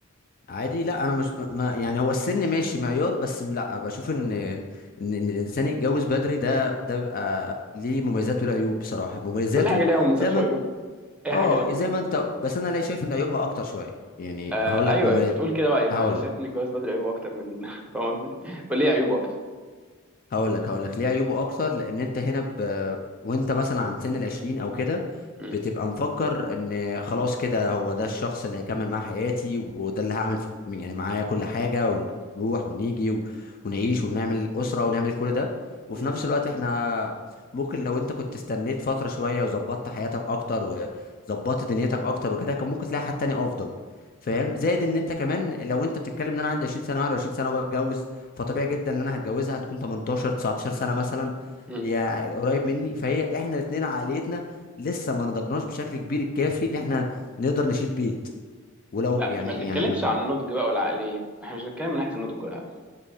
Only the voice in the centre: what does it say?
كل حاجه ليها مميزات
وعيوب
اي
حاجه ليها مميزات
آه
ايوه
يبقى تقول كده بقى يبقى
انا شايف
ان الجواز بدري عيوبه اكتر من <laughs> فاهم قصدي قول لي إيه عيوبه اكتر
م-
م-
م.
لا
ما تتكلمش
عن النضج بقى والعقليه احنا مش بنتكلم من ناحيه النضج والعقليه